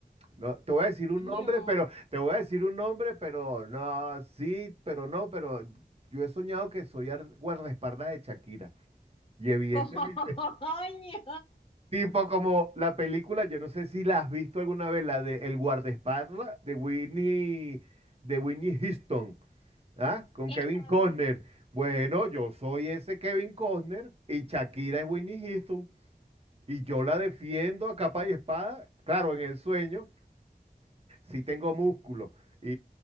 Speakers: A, on the right (about 35°); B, on the left (about 35°).
A: No, te voy a decir un
B: Coño,
A: nombre, pero te voy a decir un nombre, pero no, sí, pero no, pero yo he soñado que soy ar- guardaespaldas de Shakira. Y evidentemente,
B: <laughs> coño,
A: tipo como la película, yo no sé si la has visto alguna vez, la de El guardaespaldas de Winnie, de Winnie Houston, ¿ah? Con
B: que
A: Kevin
B: la-
A: Costner. Bueno, yo soy ese Kevin Costner y Shakira es Winnie Houston. Y yo la defiendo a capa y espada. Claro, en el sueño sí tengo músculo y,